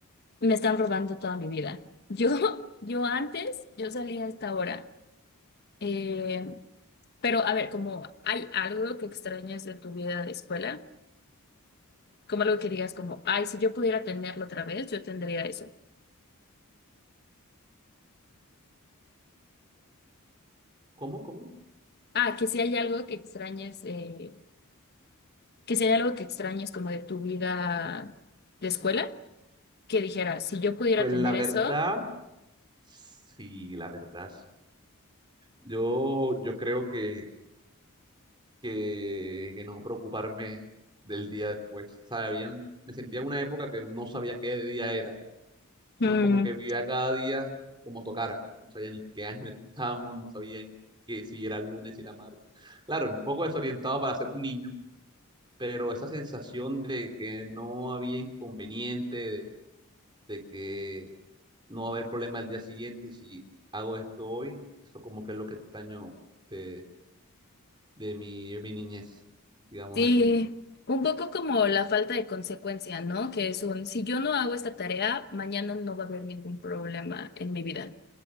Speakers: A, on the left; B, on the right.
A: me están robando toda mi vida. Yo, <laughs> yo antes, yo salía a esta hora. Eh, pero a ver, como hay algo que extrañas de tu vida de escuela, como algo que digas como, ay, si yo pudiera tenerlo otra vez, yo tendría eso.
B: ¿Cómo, cómo?
A: Ah, que si hay algo que extrañes, eh, que si hay algo que extrañes como de tu vida de escuela, que dijeras, si yo pudiera
B: Pues
A: tener
B: la verdad,
A: eso,
B: sí, la verdad, sí. Yo, yo creo que, que, que no preocuparme del día después. Sabían, me sentía en una época que no sabía qué día era, sino
A: mm,
B: como que vivía cada día como tocara. No sabía ni qué año estábamos, no sabía en qué, si era lunes, si era martes. Claro, un poco desorientado para ser un niño, pero esa sensación de que no había inconveniente, de, de que no va a haber problema el día siguiente si hago esto hoy. Eso como que es lo que extraño de, de mi, de mi niñez, digamos
A: sí,
B: así.
A: un poco como la falta de consecuencia, ¿no? Que es un, si yo no hago esta tarea, mañana no va a haber ningún problema en mi vida.